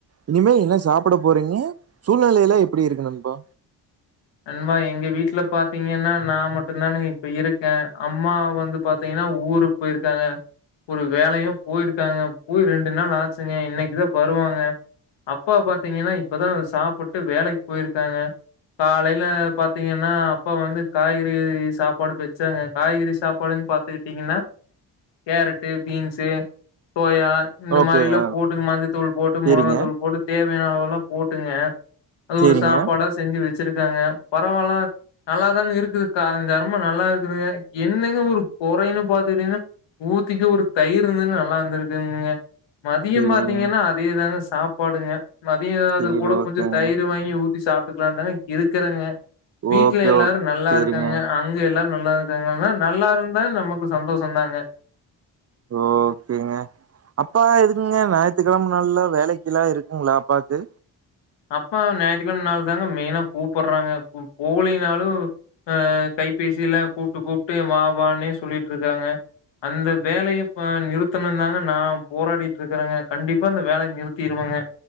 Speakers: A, on the right; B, on the left.
A: இனிமேல் என்ன சாப்ட போறீங்க சூழ்நெலையெல்லா எல்லாம் எப்பிடி இருக்கு நண்பா
B: நண்பா எங்க வீட்ல பாத்தீங்கன்னா நான் மட்டும்தானே இப்ப இருக்கேன் அம்மா வந்து பாத்தீங்கன்னா ஊருக்கு போயிருக்காங்க ஒரு வேலையும் போயிருக்காங்க போய் ரெண்டு நாள் ஆச்சுங்க இன்னிக்குதான் வருவாங்க அப்பா பாத்தீங்கன்னா இப்பதான் சாப்டுட்டு வேலைக்கு போயிருக்காங்க போயிருக்காங்க காலையில பாத்தீங்கன்னா அப்பா வந்து காய்கறி சாப்பாடு வச்சாங்க காய்கறி சாப்பாடுன்னு பாத்திருக்கீங்களா கேரட்டு பீன்ஸு சோயா இந்த
A: ஓகேங்க.
B: மாரில்லா போட்டு மஞ்சத்தூள் போட்டு
A: சரிங்க,
B: மொளகாத்தூள் போட்டு தே இப்ப எவ்ளோ போட்டுங்க அது
A: சரிங்க.
B: ஒரு சாப்பாடா செஞ்சு வச்ச வச்சிருக்காங்க பரவால்ல நல்லாதான இருக்குது காரஞ்சாரமா நல்லா இருக்குதுங்க என்னங்க ஒரு கொறைன்னு பாத்துட்டீங்கனா ஊத்திக்க ஒரு தயிர் இருந்துன்னு நல்லா இருந்திருக்குங்க மதிய
A: சரிங்க.
B: பாத்தீங்கன்னா அதேதான சாப்பாடுங்க மதிய
A: சரி
B: அது கூட
A: ஓகேங்க.
B: கொஞ்சம் தயிர் வாங்கி ஊ ப்பிடி சாப்ட்டுக்கலால்ல இருக்கறங்க வீட்ல
A: ஓகே,
B: எல்லாரும்
A: ஓகே.
B: நல்லா
A: சரிங்க.
B: இருக்காங்க அங்க எல்லாரு நல்லா இருக்காங்கலாங்க நல்லா இருந்தால் நமக்கு சந்தோஷம் தாங்க
A: ஓகேங்க அப்பா எதுக்குங்க ஞாயத்துக்கிழம நாளெல்லா வேலைக்கெல்லா இருக்குங்களா அப்பாக்கு
B: அப்பாவ ஞாயத்துக்கிழம நாள்தான் தாங்க மெயினா கூப்படுறாங்க போலைனாலும் அஹ் கைபேசியில கூப்ட்டு கூப்ட்டு வா வானே சொல்லிட்டு இருக்காங்க அந்த வேலய இப்ப நிறுத்தணும்னு தாங்க நான் போராடிட்டு இருக்கறங்க கண்டிப்பா அந்த வேலய நிறுத்திருவங்க